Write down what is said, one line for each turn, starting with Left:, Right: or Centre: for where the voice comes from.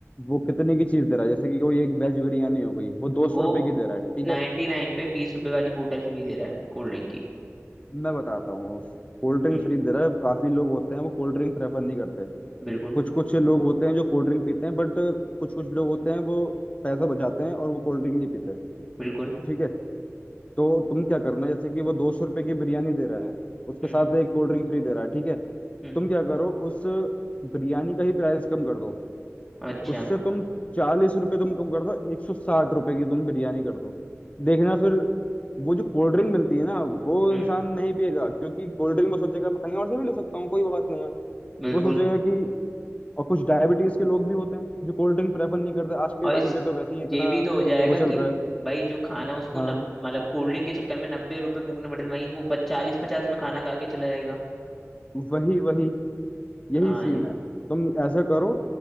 Left: वो कितने की चीज दे रहा है जैसे कि कोई एक वेज बिरयानी हो गई वो दो सौ
Centre: वो
Left: रुपए की दे रहा है ठीक
Centre: नाइन्टी
Left: है
Centre: नाइन पे बीस रुपए वाली बोतल फ्री दे रहा है कोल्ड ड्रिंक की
Left: मैं बताता हूँ कोल्ड ड्रिंक
Centre: हम्म
Left: फ्री दे रहा है काफी लोग होते हैं वो कोल्ड ड्रिंक प्रेफर नहीं करते
Centre: बिल्कुल
Left: कुछ कुछ लोग होते हैं जो कोल्ड ड्रिंक पीते हैं बट कुछ कुछ लोग होते हैं वो पैसा बचाते हैं और वो कोल्ड ड्रिंक नहीं पीते
Centre: बिल्कुल
Left: ठीक है तो तुम क्या करना जैसे कि वो दो सौ रुपए की बिरयानी दे रहा है उसके
Centre: हम्म
Left: साथ एक कोल्ड ड्रिंक फ्री दे रहा है ठीक है
Centre: हम्म
Left: तुम क्या करो उस बिरयानी का ही प्राइस कम कर दो
Centre: अच्छा
Left: उससे तुम चालीस रुपए तुम कम कर दो एक सौ साठ रुपए की तुम बिरयानी कर दो देखना फिर वो जो कोल्ड ड्रिंक मिलती है ना वो
Centre: हम्म
Left: इंसान नहीं पिएगा क्योंकि कोल्ड ड्रिंक वो सोचेगा मैं कहीं और से भी ले सकता हूँ कोई बात नहीं है
Centre: बिल्कुल
Left: वो सोचेगा कि और कुछ डायबिटीज के लोग भी होते हैं जो कोल्ड ड्रिंक प्रेफर नहीं करते आज के
Centre: और
Left: टाइम
Centre: इस
Left: पे तो वैसे ही इतना
Centre: ये भी तो हो जाएगा
Left: वो चल
Centre: कि
Left: रहा है
Centre: भाई जो खाना उसको
Left: हाँ
Centre: नब, मतलब कोल्ड ड्रिंक के चक्कर में नब्बे रुपए फूकने पड़े वहीं वो चालीस पचास में खाना खा के चला जाएगा
Left: वही वही यही
Centre: हाँ
Left: सीन
Centre: ये
Left: है तुम ऐसा करो